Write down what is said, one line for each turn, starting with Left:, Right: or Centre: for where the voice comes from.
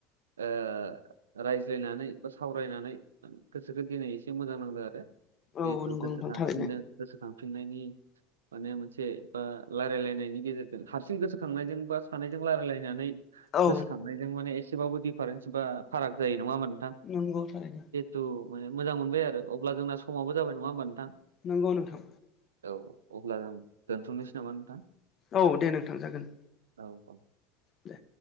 Right: ओह रायज्लायनानै बा सावरायनानै गोसोखो दिनै एसे मोजां नांदों आरो
Left: औ
Right: जिहेथु
Left: नंगौ
Right: गोसो
Left: नोंथां
Right: खांफिनदों
Left: थारैनो
Right: गोसोखांफिनायनि माने मोनसे ओ रायलायनायनि गेजेरजों हारसिं गोसो खांनायजों बा सानैजों रायलायनानै
Left: औ
Right: गोसोखां नायजों माने एसेबाबो दिफारेन्स बा फाराग जायो नङा होनबा नोंथां
Left: नंगौ थारैनो
Right: थु मानि मोजां मोनबाय आरो अब्ला जोंना समाबो जाबाय नङा होमबा नोंथां
Left: नोंगौ नोंथां
Right: औ अब्ला जों दोनथ'नोसै नामा नोंथां
Left: औ दे नोंथां जागोन दे
Right: औ औ
Left: देह